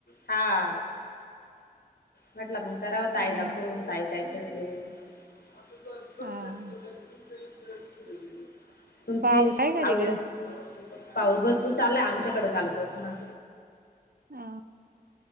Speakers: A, on the left (about 75°); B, on the right (about 70°).
A: हां म्हटलं मग कराव ताईला
B: हम्म
A: फोन ताई काय करते? <unintelligible>
B: हा
A: तुमची
B: पाऊस
A: अगदी
B: आहे का तिकडं
A: पाऊस भरपूर चालायय आमच्याकडे कालपासून ना
B: ह